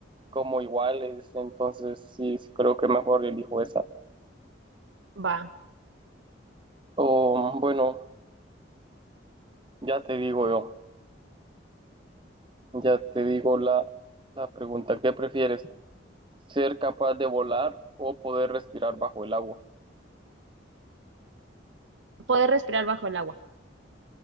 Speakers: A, on the right; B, on the right.
A: como iguales, entonces sí, sí creo que mejor elijo esa.
B: Va,
A: O bueno, ya te digo yo. Ya te digo la, la pregunta, ¿qué prefieres? ¿Ser capaz de volar o poder respirar bajo el agua?
B: poder respirar bajo el agua.